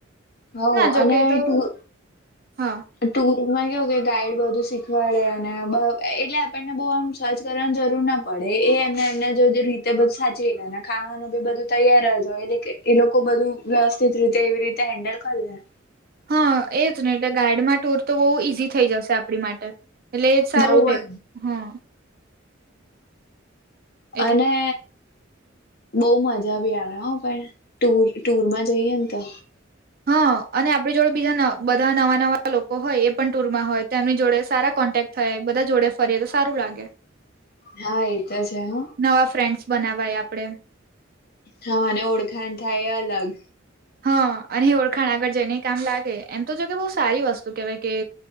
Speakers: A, on the left; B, on the right.
A: હોવ
B: ના જો
A: અને
B: કે તો
A: ટુર
B: હા
A: ટુરમાં કેવું કે ગાઈડ બધું શીખવાડે અને એટલે આપણને બહ આમ સર્ચ કરવાની જરૂર નાડે પડે એમને એમને રીતે બધું સાચવી લને ખાવાનું બી બધું તૈયારજ એટલે કે એ લોકો બધું વ્યવસ્થિત રીતે એવી રીતે હેન્ડલ કરી લે
B: હા એજ ને એટલે ગાઈડમાં ટૂર તો બહુ ઈઝી થઈ જશે આપણી માટે એટલે એ સારું
A: બઉ જ
B: છે હમ એટલે
A: અને બઉ મજા ભી આવે પણ ટુર ટુર માં જઈએ ને તો
B: હા અને આપણી જોડે બીજા બધા નવા નવા લોકો હોય એ પણ ટુરમાં હોય તો એમની જોડે સારા કોન્ટેક્ટ થાય બધા જોડે ફરીએ તો સારું લાગે
A: હા એ તો છે હ
B: નવા ફ્રેન્ડસ બનાવાય આપડે
A: હા અને ઓળખાણ થાય એ અલગ
B: હા અને ઓળખાણ આગળ જઈને કામ લાગે એમ તો જો કે બહ સારી વસ્તુ કેહેવાય કે